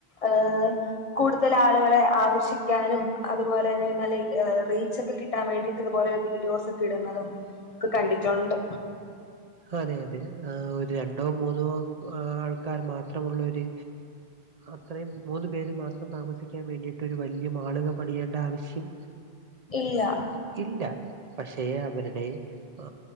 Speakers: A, on the left; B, on the right.
A: ഏഹ കൂടുതൽ ആളുകളെ ആകർഷിക്കാനും അതുപോലെ തന്നെ നല്ല റീച്ചക്കെ കിട്ടാൻ വേണ്ടിട്ട ഇ തുപോലെ വീഡിയോസോക്കെ ഇടുന്നതും ഒക്കെ കണ്ടിട്ടുണ്ട്
B: അതെ അതെ ഒരു രണ്ടോ മൂന്നോ ആൾക്കാർ മാത്രമുള്ള ഒരു അത്രയും മൂന്നു പേര് മാത്രം താമസിക്കാൻ വേണ്ടിയിട്ട് ഒരു വലിയ മാളിക പണിയേണ്ട ആവശ്യം
A: ഇല്ല
B: <inaudible> ഇല്ല പക്ഷെ അവരുടെ ആ